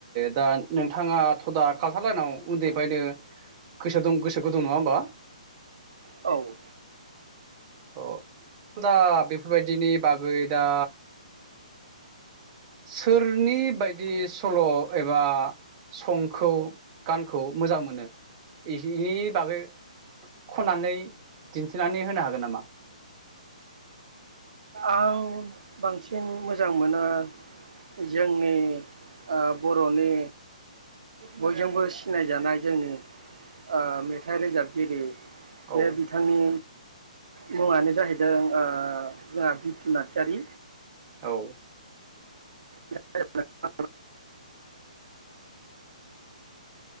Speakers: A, on the right (about 20°); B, on the right (about 65°).
A: दा नोंथाङा थ' दा खालथाल लायेनाव उन्दैफ्रायनो गोसो गोसो गुदुं नङा होमबा?
B: औ
A: अ दा बेफोरबायदिनि बागै दा सोरनि बायदि सल एबा सं खौ गानखौ मोजां मोनो बेनि बागै खननानै दिन्थिनानै होनो हागोन नामा
B: आं बांसिन मोजां मोनो जोंनि ओ बरनि बयजोंबो सिनायजानाय जोंनि ओ मेथाइ रोजाबगिरि बे
A: औ
B: बिथांनि मुङानो जाहैदों ओ जोंहा बितु नार्जारि।
A: औ
B: <unintelligible>